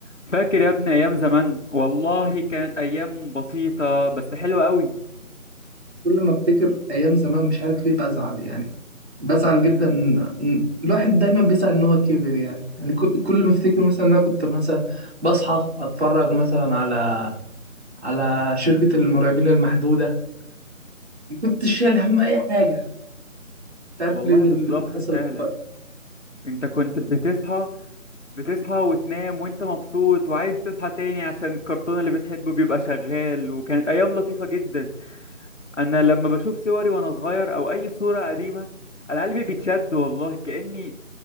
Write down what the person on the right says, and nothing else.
كل ما افتكر ايام زمان مش عارف ليه بزعل يعني بزعل جدا إن- الواحد دايما بيزعل ان هو كبر يعني يعني ك- كل ما افتكر مثلا ان انا كنت مثلا بصحى اتفرج مثلا على على شركة المرعبين المحدودة ما كنتش شايل هم اي حاجة مش عارف
ليه ده- ليه
اللي حصل
دلوقتي